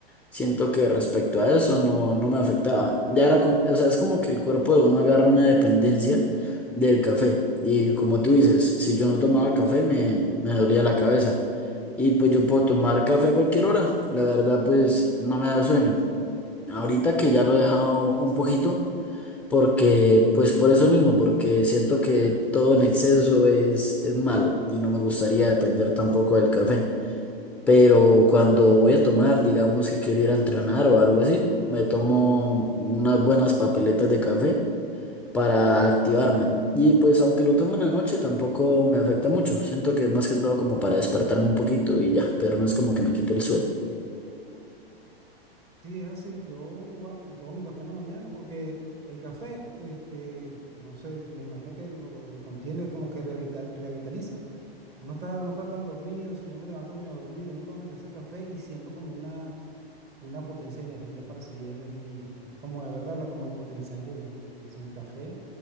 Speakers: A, in the centre; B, on the right.
A: siento que respecto a eso no, no me afectaba. Ya era como, o sea, es como que el cuerpo de uno agarra una dependencia del café. Y como tú dices, si yo no tomaba café me, me dolía la cabeza. Y pues yo puedo tomar café a cualquier hora. La verdad, pues no me da sueño. Ahorita que ya lo he dejado un poquito. Porque, pues por eso mismo, porque siento que todo en exceso es, es malo y no me gustaría depender tampoco del café. Pero cuando voy a tomar, digamos que quiero ir a entrenar o algo así, me tomo unas buenas papeletas de café para activarme. Y pues aunque lo tomo en la noche, tampoco me afecta mucho. Siento que es más que todo como para despertarme un poquito y ya, pero no es como que me quite el sueño.
B: Sí, es así. Yo igual me tomo mi café en la mañana porque el café, este, no sé, me imagino que lo, lo que contiene como que rehabilita- rehabilitaliza. Uno está, uno está tan dormido, si yo me levanto medio dormido, yo me tomo mi taza de café y siento como una, una potencia de energía para seguir el, el día. Es como de verdad, la, como el potenciante del di- día. Sin el café